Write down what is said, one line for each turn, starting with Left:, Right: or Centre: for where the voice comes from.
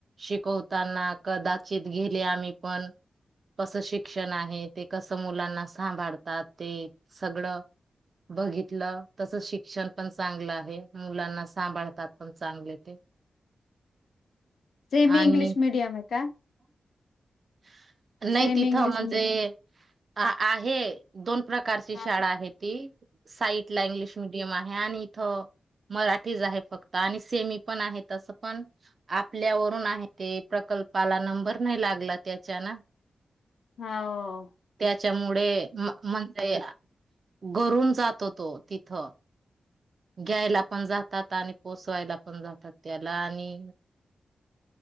Right: शिकवताना कदाचित गेले आम्ही पण कसं शिक्षण आहे ते कसं मुलांना सांभाळतात ते सगळं बघितलं. तस शिक्षण पण चांगलं आहे. मुलांना सांभाळ तात पण चांगले ते.
Left: सेमी
Right: आणि
Left: इंग्लिश मीडयम मे का?
Right: <unintelligible> नाही
Left: सेमी
Right: तिथं
Left: इंग्लिश
Right: म्हणजे
Left: मिडियम
Right: अ आहे दोन प्रकारची
Left: हा
Right: शाळा आहे ती, साईट ला इंग्लिश मिीडियम आहे. आणि इथं मराठीच आहे फक्त. आणि सेमी पण आहे. तसपण आपल्यावरून आहे ते प्रकल्पाला नंबर नाही लागला त्याच्या ना.
Left: हा हो
Right: त्याच्यामुळे म म्हणतायत घरून जातो तो तिथं. घ्यायला पण जातात आणि पोचवायला पण जातात त्याला आणि